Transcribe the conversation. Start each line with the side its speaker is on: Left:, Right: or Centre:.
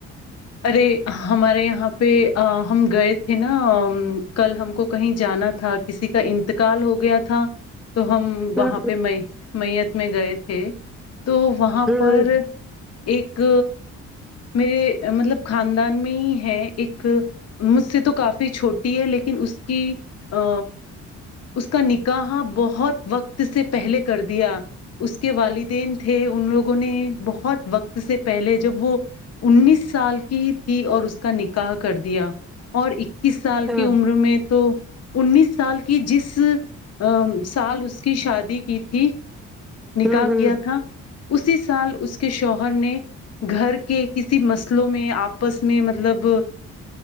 Left: ارے ہمارے یہاں پہ ا ہم گئے تھے نا کل ہم کو کہیں جانا تھا کسی کا انتقال ہو گیا تھا تو ہم وہاں
Centre: ہوں
Left: پہ میے میت میں گئے تھے تو وہاں
Centre: ہوں
Left: پر ایک میرے مطلب خاندان میں ہی ہے ایک مجھ سے تو کافی چھوٹی ہے لیکن اس کی ا اس کا نکاح بہت وقت سے پہلے کر دیا اس کے والدین تھے ان لوگوں نے بہت وقت سے پہلے جب وہ انیس سال کی ہی تھی اور اس کا نکاح کر دیا اور اکیس سال
Centre: ہاں
Left: کی عمر میں تو انیس سال کی جس ا سال اس کی شادی کی تھی نکاح
Centre: ہوں ہوں
Left: کیا تھا اسی سال اس کے شوہر نے گھر کے کسی مس لوں میں آپس میں مطلب ا